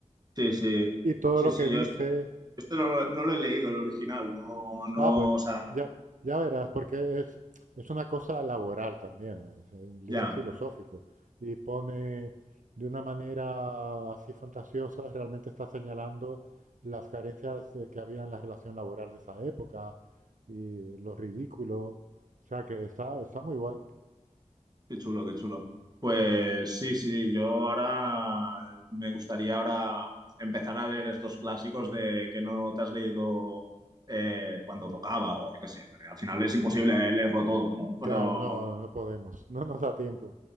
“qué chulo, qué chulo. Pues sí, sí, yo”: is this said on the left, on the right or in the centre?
Right